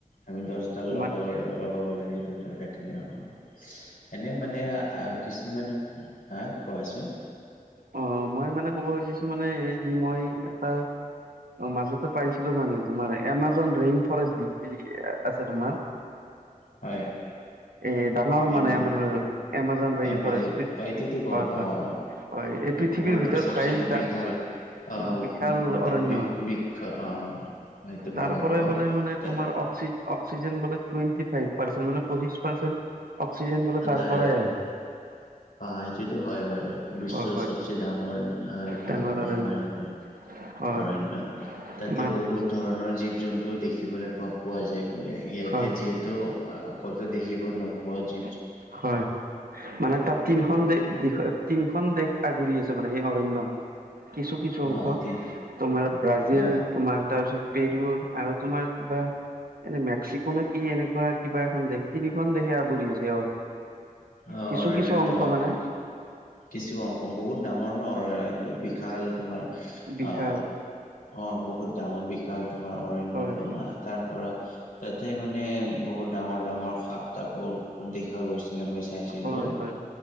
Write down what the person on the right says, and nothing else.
মান
অ মই মানে ক'ব খুজিছো মানে এই যি মই এটা অ মাজতে পাইছিলো মানে তোমাৰ এমাজন ৰেইন ফৰেষ্ট ডি আছে তোমাৰ <inaudible>
এই ডাঙৰ
মানে আমাৰ এমাজন ইনফ
হয়
হয়
<unintelligible> হয় এই পৃথিৱীৰ
ভিতৰত
খাইজ দাক
<unintelligible> বিশাল
অৰণ্য
হয়
তাৰ
পৰাই
পালে মানে
তোমাৰ অক্সি <unintelligible> অক্সিজেনলে তুৱেণ্টি ফাইভ নে পঁচি পাৰ্চেণ্ট <unintelligible> অক্সিজেন বুলিলে তাৰ
পৰাই আহ <unintelligible>
হয় হয়
ইমান
ডাঙৰ অৰণ্য
হয়
মানে
হয়
হয়
হয় হয় মানে তাত তিনিখন তিনিখন দেশ আগুৰি আছে মানে সেই অৰণ্য <unintelligible> কিছু কিছু অংশ
তোমাৰ ব্ৰাজিল
তোমাৰ তাৰপিছত পেৰু আৰু তোমাৰ কিবা এনে মেক্সিকো নে কি এনেকুৱা কিবা এখন দেশ তিনিখন দেশে আৱৰি আছে
কিছু
কিছু অংশ মানে
বিশাল
হয় হয়
হয় হয়